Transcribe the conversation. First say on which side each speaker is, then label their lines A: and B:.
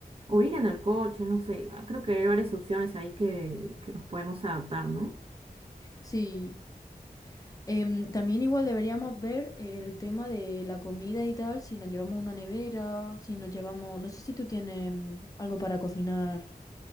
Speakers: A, on the right (about 35°); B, on the left (about 20°).
A: o ir en el coche, no sé. Ah, Creo que hay varias opciones ahí que, que nos podemos adaptar, ¿no?
B: sí. Em, también igual deberíamos ver el tema de la comida y tal, si nos llevamos una nevera, si nos llevamos, no sé si tú tienes mm, algo para cocinar